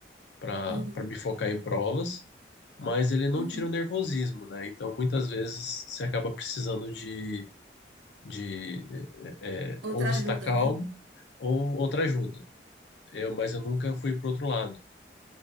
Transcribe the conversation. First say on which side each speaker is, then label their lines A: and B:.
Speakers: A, on the left (about 75°); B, on the right (about 85°).
A: para
B: uhum,
A: para me focar em provas, mas ele não
B: uhum.
A: tira o nervosismo, né? Então, muitas vezes, você acaba precisando de, de é, é,
B: Outra
A: ou você
B: ajuda,
A: tá calmo,
B: né?
A: ou outra ajuda. Eu, mas eu nunca fui pro outro lado.